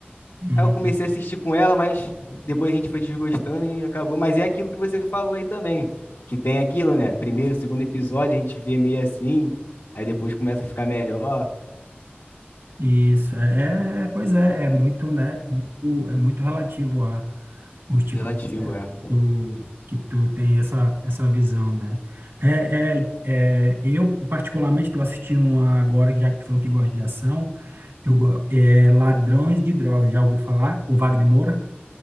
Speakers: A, on the right; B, on the left.
A: Hum,
B: Aí eu comecei a assistir com ela, mas depois a gente foi desgostando e acabou. Mas é aquilo que você falou aí também, que tem aquilo, né? Primeiro, segundo episódio, a gente vê meio assim, aí depois começa a ficar melhor.
A: isso, é, é- pois é, é muito, né? muito- é muito relativo a os tipos
B: Relativo,
A: de série
B: é.
A: que tu, que tu tem essa, essa visão, né? É, é, é, eu, particularmente, estou assistindo uma agora, já que tu falou que gosta de ação, eu, go- é Ladrões de Drogas, já ouviu falar? O Wagner Moura?